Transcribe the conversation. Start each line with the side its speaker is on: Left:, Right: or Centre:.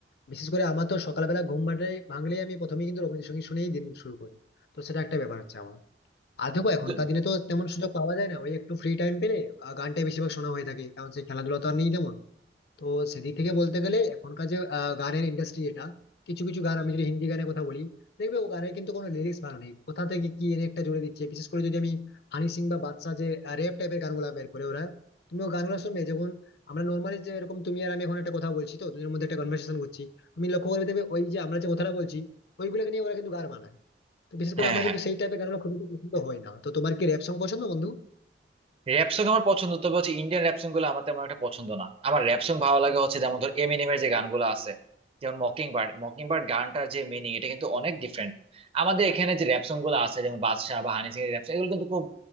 Left: বিশেষ করে আমার তো সকালবেলা ঘুম ভাটাই- ভাঙলেই আমি প্রথমেই কিন্তু রবীন্দ্রসঙ্গীত শুনেই দিন শুরু করি তো সেটা একটা ব্যাপার হচ্ছে আমার আর দেখো এখনকার
Right: তু-
Left: দিনে তো তেমন সুযোগ পাওয়া যায় না ওই একটু ফ্রি টাইম পেলে আহ, গানটাই বেশিরভাগ শোনা হয়ে থাকে কারণ সেই খেলাধুলা তো আর নেই তেমন তো সেদিক থেকে বলতে গেলে এখনকার যে আহ, গানের ইন্ডাস্ট্রি এটা কিছু কিছু গান আমি যদি হিন্দি গানের কথা বলি দেখবে ও গানের কিন্তু কোনো লিরিক্স ভালো নেই কোথা থেকে কি এনে একটা জুড়ে দিচ্ছে বিশেষ করে যদি আমি হানি সিং বা বাদশা যে র্যাপ টাইপের গানগুলা বের করে ওরা তুমি ও গানগুলো শুনবে যখন আমরা নর্মালি যে এরকম তুমি আর আমি এখন একটা কথা বলছি তো দুজনের মধ্যে একটা কনভার্সেশন করছি তুমি লক্ষ্য করে দেখবে ওই যে আমরা যে কথাটা বলছি ওইগুলোকে নিয়ে ওরা কিন্তু গান বানায় তো বিশেষ করে
Right: হ্যাঁ
Left: আমার
Right: হ্যাঁ
Left: কিন্তু সেই টাইপের গানগুলো খুব একটা পছন্দ হয় না তো তোমার কি র্যাপ সং পছন্দ বন্ধু
Right: র্যাপ সং আমার পছন্দ তবে হচ্ছে ইন্ডিয়ান র্যাপ সং গুলো আমার তেমন একটা পছন্দ না আমার র্যাপ সং ভালো লাগে হচ্ছে যেমন ধর এমিনেমের যে গানগুলো আছে যেমন মকিং বার্ড মকিং বার্ড গানটার যে মিনিং এটা কিন্তু অনেক ডিফারেন্ট আমাদের এখানে যে র্যাপ সং গুলো আছে যেমন বাদশা বা হানি সিং এর র্যাপ সং, এগুলো কিন্তু খুব